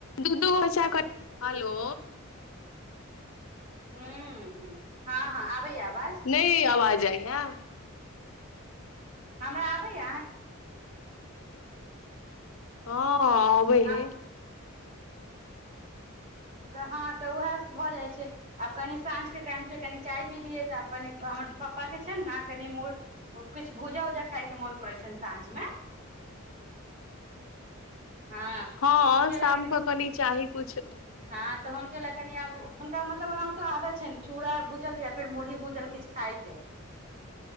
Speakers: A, on the left (about 80°); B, on the right (about 35°).
A: तूधू घचा क <unintelligible> हेलो
B: हूम्म हम्म हँ-हँ आबैय आवाज
A: नहि आवाज आइ है
B: हमरा आबैया
A: हँ आबै
B: हँ
A: हे
B: तऽ हँ तऽ उएह भऽ जाइ छै आब कनि साँझ के टाईम छै कनि चाय पी लियै तऽ आब कनि
A: ई
B: हमर
A: कहल
B: पप्पा के छ ने कनि मू किछ भूजा उजा खाय के मोन करे छ साँझ में हँ
A: हँ
B: तऽ हुनके
A: शाम
B: लए कनि
A: कऽ कनी चाही कुछ
B: हँ तऽ हुनक लए कनि आब हुनका मतलब ओना तो आदत छैन चूड़ा भूजल या फेर मुरही भूजल किछु खाायके